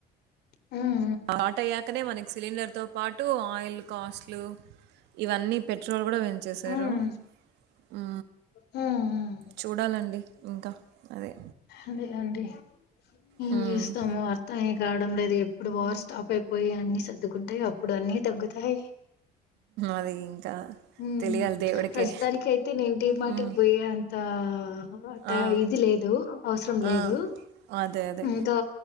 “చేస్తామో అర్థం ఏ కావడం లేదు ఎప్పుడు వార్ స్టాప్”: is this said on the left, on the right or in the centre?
Left